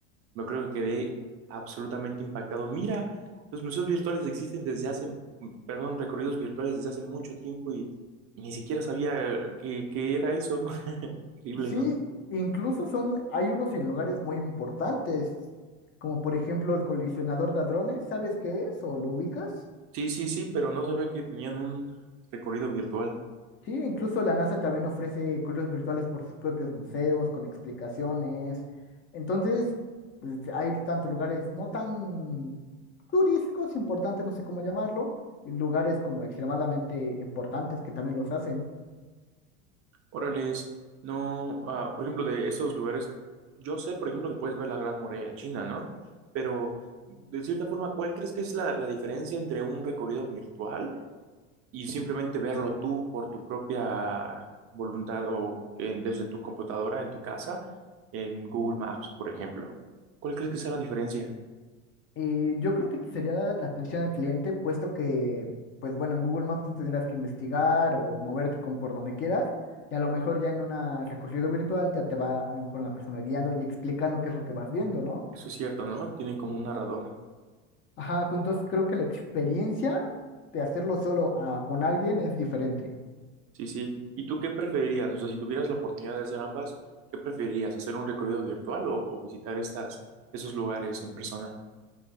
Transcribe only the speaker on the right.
Me acuerdo que quedé absolutamente impactado. Mira, los museos virtuales existen desde hace, mm, perdón, recorridos virtuales desde hace mucho tiempo y ni siquiera sabía qué, qué era eso. <laughs> Increíble,
¿no?
Sí, sí, sí, pero no sabía que tenían un recorrido virtual.
Órales, no, ah, por ejemplo, de esos lugares, yo sé, por ejemplo, que puedes ver la Gran Muralla China, ¿no? Pero, de cierta forma, ¿cuál crees que es la, la diferencia entre un recorrido virtual y simplemente verlo tú por tu propia voluntad o en- desde tu computadora, en tu casa, en Google Maps, por ejemplo? ¿Cuál crees que sea la diferencia?
Eso es cierto, ¿no? Tienen como un narrador.
Sí, sí. ¿Y tú qué preferirías? O sea, si tuvieras la oportunidad de hacer ambas, ¿qué preferirías? ¿Hacer un recorrido virtual o, o visitar estas, esos lugares en persona?